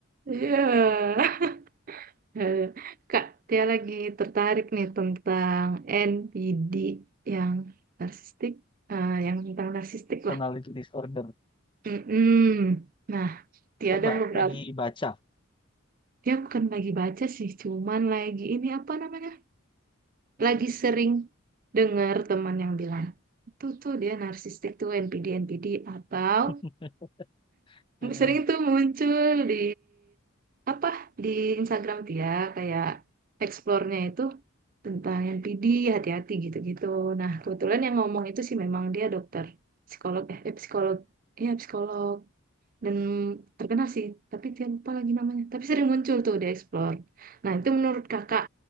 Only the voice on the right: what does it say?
Iya. <laughs> Eh, Kak, dia lagi tertarik nih tentang NPD yang narsistik, eh, yang tentang narsistik
lah.
Mm-mm. Nah, dia
ada
beberapa,
dia bukan lagi baca sih, cuman lagi ini apa namanya? lagi sering dengar teman yang bilang, itu tuh dia narsistik tuh NPD NPD atau
sering tuh muncul di apa di Instagram dia kayak explore-nya itu tentang NPD hati-hati gitu-gitu. Nah, kebetulan yang ngomong itu sih memang dia dokter psikolog eh eh, psikolog Iya, psikolog dan terkenal sih tapi dia lupa lagi namanya tapi sering muncul tuh di Explore nah itu menurut kakak